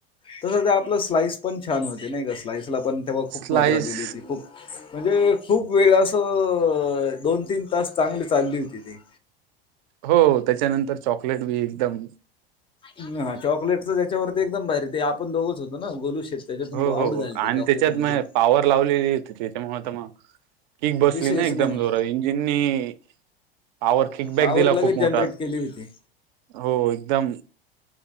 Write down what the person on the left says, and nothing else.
तस ते आप स्लाईस पण छान होते नाही का स्लाइस पण तेव्हा खूप
मजा आलेली होती खूप म्हणजे खूप वेळ असं दोन तीन तास चांगले चालली होती ती.
ह चॉकलेटच त्याच्यावरती एकदम भारी ते आपण दोघोच होतो ना गोलू. शेट त्याच्यातून
आवड
झाली ते
चॉकलेटमधून
विषयच
नाही मग
पॉवर
लगेच
जनरेट केली होती